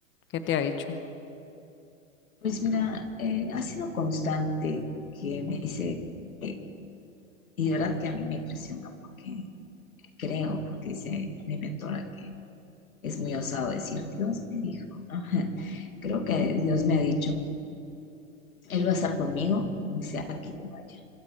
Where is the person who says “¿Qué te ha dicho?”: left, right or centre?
Left